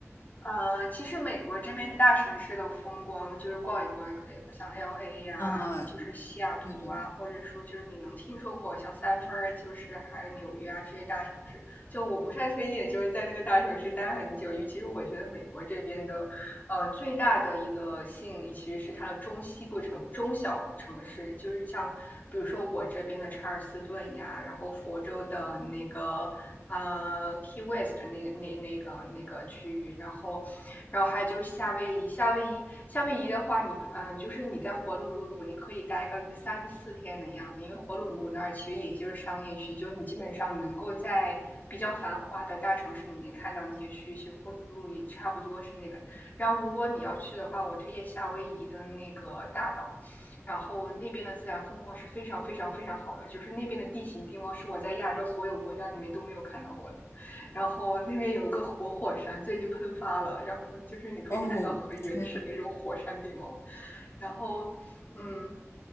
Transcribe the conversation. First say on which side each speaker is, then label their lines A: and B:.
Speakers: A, on the left; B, on the left.
A: 呃，其实美国这边大城市的风光就是逛一逛就可以了，像 L A 呀、
B: 啊？
A: 就是西雅图啊，
B: 对对对，
A: 或者说就是你能听说过像三藩儿，就是还有纽约啊这些大城市。就我不太推荐就是在那个大城市待很久，尤其是我觉得美国这边的呃，最大的一个吸引力其实是它的中西部城、中小城市，就是像比如说我这边的查尔斯顿呀，然后佛州的那个呃 Key West 那那那个那个区域，然后然后还有就是夏威夷，夏威夷夏威夷的话你，你呃嗯、就是你在火奴鲁鲁，你可以待个三四天的样子，因为火奴鲁鲁那儿其实也就是商业区，就是你基本上能够在比较繁华的大城市里面看到那些区，域，其实火奴鲁鲁也差不多是那个然后如果你要去的话，我推荐夏威夷的那个大岛，然后那边的自然风光是非常非常非常好的，就是那边的地形地貌是我在亚洲所有国家里面都没有看到过的。然后那边有一个活火山，最近喷发了，然后就是你可以看到很原始的那种火山地貌，
B: 哦，天呐，
A: 然后嗯。